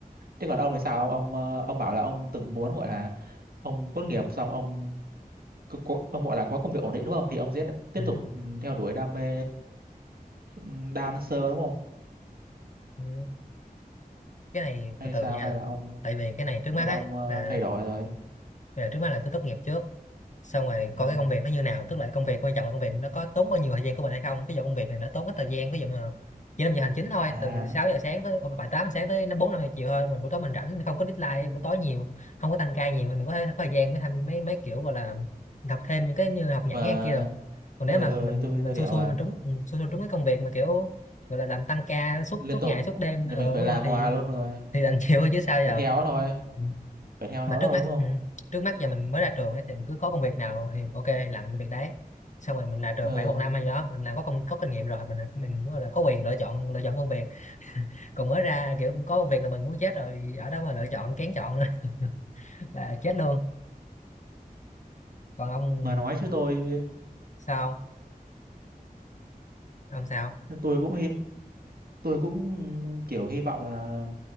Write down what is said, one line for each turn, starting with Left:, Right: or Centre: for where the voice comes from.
Right: thế còn ông thì sao ông ông ờ, ông bảo là ông từng muốn gọi là ông tốt nghiệp xong ông có- có- ông gọi là có công việc ổn định đúng không thì ông sẽ tiếp
Left: Ừ.
Right: tục ừ, theo đuổi đam mê ừ, dancer đúng không
Left: Ừ. cái này
Right: hay
Left: từ từ
Right: sao
Left: nha
Right: hay là ông
Left: tại vì cái này trước mắt
Right: hay là
Left: ấy
Right: ông ờ,
Left: là
Right: thay đổi rồi
Left: Bây giờ trước mắt là cứ tốt nghiệp trước xong rồi
Right: ừ.
Left: coi cái công việc nó như nào tức là công việc quan trọng là công việc nó có tốn bao nhiêu thời gian của mình hay không ví dụ công việc này nó tốn ít thời gian ví dụ là chỉ năm giờ hành chính thôi
Right: à
Left: từ 6 giờ sáng tới bảy tám giờ sáng tới nó bốn năm giờ chiều thôi mà buổi tối mình rảnh không có deadline buổi tối nhiều không có tăng ca nhiều thì mình có, thể, có thời gian mới tham mấy mấy kiểu gọi là học thêm những cái như học
Right: nhưng
Left: nhảy
Right: mà
Left: hay kia được còn
Right: ờ
Left: nếu mà
Right: ờ
Left: mình
Right: tôi biết
Left: mình
Right: tôi
Left: xui
Right: hiểu
Left: xui
Right: mà
Left: mình trúng ừ, xui xui trúng cái công việc mà kiểu gọi là làm tăng ca suốt
Right: liên
Left: suốt
Right: tục
Left: ngày suốt đêm
Right: thì
Left: ờ
Right: mình phải
Left: đúng
Right: làm
Left: rồi thì
Right: hoài luôn rồi
Left: thì đành <laughs> chịu thôi chứ sao giờ
Right: phải theo nó thôi
Left: Ừ
Right: phải theo
Left: mà
Right: nó
Left: trước
Right: thôi
Left: mắt
Right: đúng không
Left: ừ, trước mắt giờ mình mới ra trường ấy, thì mình cứ có công việc nào thì ok làm công việc đấy xong rồi mình ra trường
Right: Ờ,
Left: khoảng một năm hay gì đó mình là có công có kinh nghiệm rồi mình là- mình gọi là có quyền lựa chọn lựa chọn công việc còn mới ra kiểu có công việc là mình muốn chết rồi ở đó mà lựa chọn kén chọn nữa <laughs> là chết luôn còn ông
Right: mà nói chứ tôi
Left: sao ông sao
Right: tôi cũng hi- tôi cũng kiểu hy vọng là